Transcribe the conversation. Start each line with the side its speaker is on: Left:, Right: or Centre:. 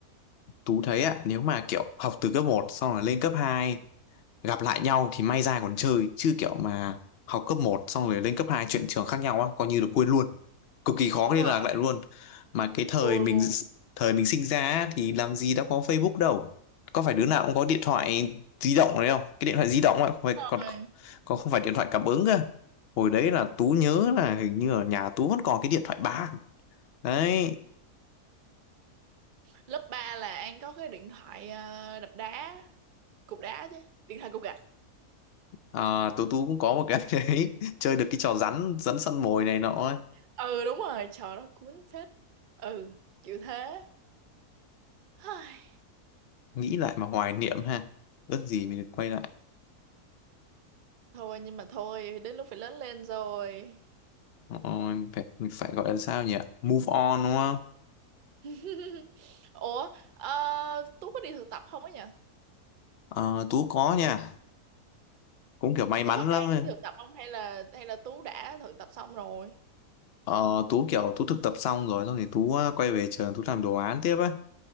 Left: Tú thấy ạ, nếu mà kiểu học từ cấp một xong rồi lên cấp 2 gặp lại nhau thì may ra còn chơi, chứ kiểu mà học cấp một xong rồi lên cấp 2 chuyển trường khác nhau á, coi như được quên luôn. Cực kỳ khó
Right: Đúng
Left: liên
Right: rồi,
Left: lạc lại luôn. Mà cái thời
Right: thua
Left: mình
Right: luôn.
Left: thời mình sinh ra á, thì làm gì đã có Facebook đâu. Có phải đứa nào cũng có điện thoại di động đấy không? Cái điện thoại di động ấy, không phải còn
Right: rồi
Left: còn không phải điện thoại cảm ứng cơ. Hồi đấy là Tú nhớ là hình như ở nhà Tú vẫn còn cái điện thoại bàn. Đấy
Right: lớp ba là An có cái điện thoại ờ, đập đá cục đá chứ điện thoại cục gạch
Left: À, tú tôi cũng có một cái <laughs> đấy chơi được cái trò rắn rắn săn mồi này nọ ấy.
Right: ừ đúng rồi trời nó cuốn phết ừ chịu thế Hây,
Left: Nghĩ lại mà hoài niệm ha ước gì mình được quay lại
Right: thôi nhưng mà thôi đến lúc phải lớn lên rồi
Left: Ôi, mình phải mình phải gọi là sao nhỉ move on đúng không
Right: <laughs> ủa ờ, Tú có đi thực tập không ấy nhỉ
Left: Ờ, Tú có nha cũng kiểu may mắn
Right: Tú có đang
Left: lắm ấy.
Right: đi thực tập không hay là hay là Tú đã thực tập xong rồi
Left: Ờ, Tú kiểu Tú thực tập xong rồi xong thì Tú à, quay về trường Tú làm đồ án tiếp á